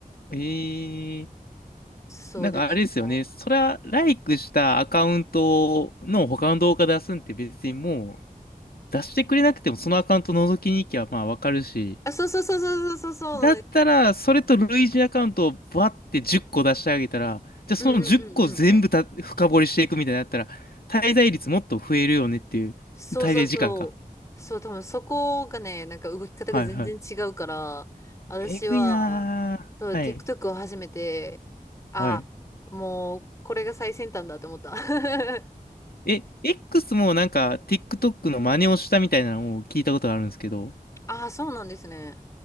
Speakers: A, on the left; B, on the left.
A: えー、
B: そうで、
A: なんかあれですよね。
B: なんか、
A: それは、ライクしたアカウントの他の動画出すんって別にもう出してくれなくてもそのアカウント覗きに行きゃまあわかるし。
B: あ、そうそうそうそうそうそうそうなんですよね。
A: だったら、それと類似アカウントをバって10個出してあげたら、じゃあその10個全部た深掘りしていくみたいになったら、
B: うんうんうんうん。
A: 滞在率もっと増えるよねっていう、
B: そうそうそう。
A: 滞在時間か。
B: そう、多分そこがね、なんか動き方が全然違うから、
A: はいはい。
B: 私は、
A: えぐいなー。
B: そう TikTok
A: はい。
B: を始めて、あ、
A: はい。
B: もう、これが最先端だと思った。<laughs>
A: え、X もなんか TikTok の真似をしたみたいなのを聞いたことがあるんですけど。
B: ああ、そうなんですね。